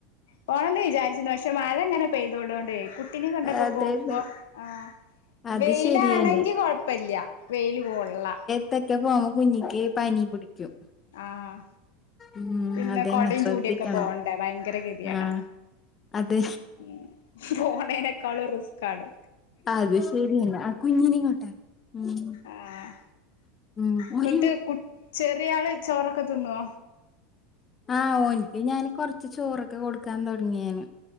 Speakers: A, on the left; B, on the left.
A: പോണെന്ന് വിചാരിച്ചിരുന്നു പക്ഷെ മഴങ്ങനെ പെയ്തോടോണ്ടേ കുട്ടിനിം കൊണ്ടൊക്കെ
B: അതെതെ
A: പോകുമ്പോ ആഹ്
B: അത്
A: വെയിലാണെങ്കി
B: ശരിയന്നെ
A: കൊഴപ്പല്ല വെയില് കൊള്ള
B: ത്തൊക്കെ പോകുമ്പോ കുഞ്ഞിക്ക് പനി പിടിക്കും.
A: ആഹ്
B: ഉം
A: പിന്നെ
B: അതന്നെ
A: കൊടയും
B: ശ്രദ്ധിക്കണം
A: ചൂടിയൊക്കെ പോണ്ടേ ഭയങ്കര ഗതിയേടാ
B: ആ അത്
A: ഉം പോണേനേക്കാളും റിസ്ക്കാണ്.
B: അത് ശരിയന്നെ ആ കുഞ്ഞിനിങ്ങോട്ടെ ഉം
A: ആഹ്
B: ഉം
A: എന്നിട്ട്
B: ഒരു
A: കു ചെറിയാള് ചോറൊക്കെ തിന്നോ
B: ആഹ് ഓൻക്ക് ഞാന് കൊറച്ച് ചോറൊക്കെ കൊടുക്കാൻ തുടങ്ങിയേന്.